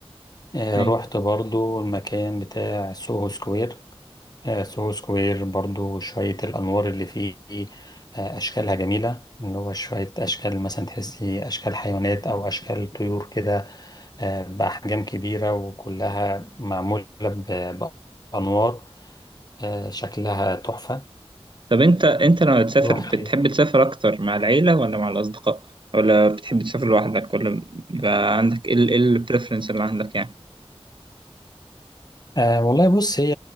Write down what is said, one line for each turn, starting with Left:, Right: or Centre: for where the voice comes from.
Left: آه،
Right: أيوة
Left: رحت برضو المكان بتاع سوهو سكوير آه، سوهو سكوير برضو شوية الأنوار اللي فيه آه، أشكالها جميلة اللي هو شوية أشكال مثلا تحسي أشكال حيوانات أو أشكال طيور كده آه، بأحجام كبيرة وكلها معمولة ب- بأنوار آه، شكلها تحفة
Right: طب أنت أنت لما تسافر
Left: رحت
Right: بتحب تسافر أكتر مع العيلة ولا مع الأصدقاء؟ ولا بتحب تسافر لوحدك ولا بيبقى عندك إيه ال- إيه البريفرنس اللي عندك يعني؟
Left: آه والله بص هي